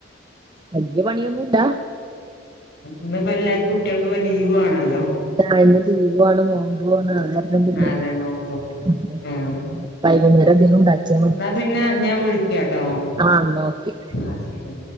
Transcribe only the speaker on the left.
ഇന്നിപ്പ എല്ലാരും കുട്ടികൾക്കിപ്പം ലീവ് ആണല്ലോ
ഉം
അതെ നോമ്പും ആ
എന്നാ പിന്നെ ഞാൻ വിളിക്കാട്ടോ
ആ ശരി